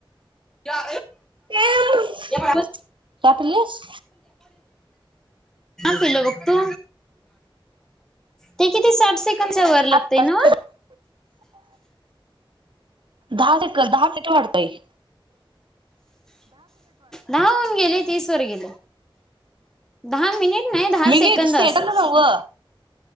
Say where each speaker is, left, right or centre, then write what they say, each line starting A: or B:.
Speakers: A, in the centre; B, on the right.
A: <inaudible> का
B: चहा
A: <inaudible>
B: पिलीस
A: पहिल बघतो. ते किती साठ सेकंडच्या वर लागतेय
B: दहा
A: नव.
B: दहा सेकंद दहा सेकंद वाढतंय.
A: दहा होऊन गेले तीस वर गेले दहा मिनिट. नाही दहा
B: मिनिट
A: सेकंद असेल.
B: नव्ह